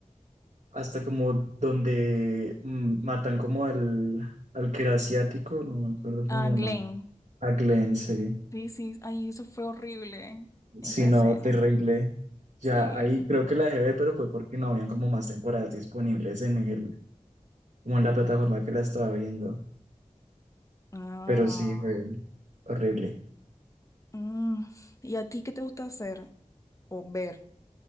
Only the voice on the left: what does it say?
Ah,
Glenn.
Sí, sí, ay, eso fue horrible, esa
escena.
Sí.
Ah.
mm. ¿Y a ti qué te gusta hacer o ver?